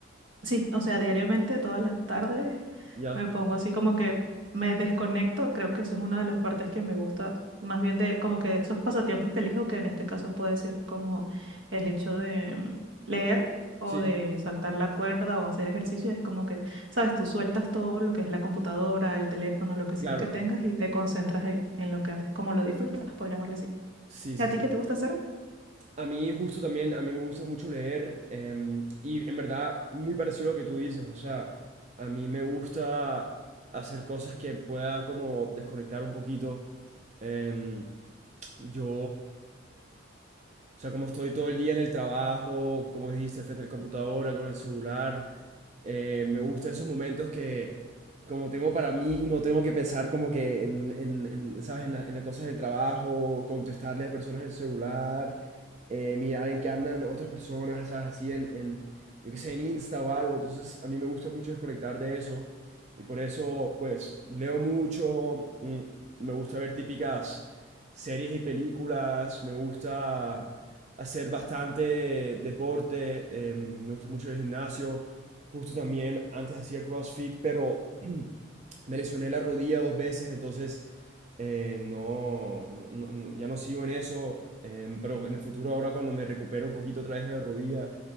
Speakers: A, on the right (about 70°); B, on the right (about 35°).
A: Sí, o sea, diariamente, todas las tardes,
B: ¿Ya?
A: me pongo así como que me desconecto. Creo que eso es una de las partes que me gusta, más bien de como que esos pasatiempos que elijo, que en este caso puede ser como el hecho de mm, leer o
B: Sí,
A: de saltar la cuerda o hacer ejercicio. Es como que, sabes, tú sueltas todo lo que es la computadora, el teléfono, lo que sea
B: claro.
A: que tengas y te concentras en en lo que haces, como lo disfrutas, por llamarle así.
B: Sí,
A: ¿Y
B: sí,
A: a ti
B: sí.
A: qué te gusta hacer?
B: A mí justo también, a mí me gusta mucho leer em, y en verdad muy parecido a lo que tú dices. O sea, a mí me gusta hacer cosas que pueda como desconectar un poquito. Em, yo... O sea, como estoy todo el día en el trabajo, como dijiste, frente al computadora, con el celular, eh, me gustan esos momentos que como tengo para mí y no tengo que pensar como que en, en- en, ¿sabes? En la- en las cosas del trabajo, contestarle a personas en el celular, eh, mirar en qué andan otras personas, ¿sabes? Así en, en, yo qué sé, en Insta o algo. Entonces, a mí me gusta mucho desconectar de eso. Y por eso, pues, leo mucho, mm, me gusta ver típicas series y películas, me gusta hacer bastante deporte, eh, me gusta mucho el gimnasio, justo también antes hacía CrossFit, pero me lesioné la rodilla dos veces, entonces eh, no, no- no- ya no sigo en eso, eh, pero en el futuro ahora cuando me recupero un poquito otra vez de la rodilla,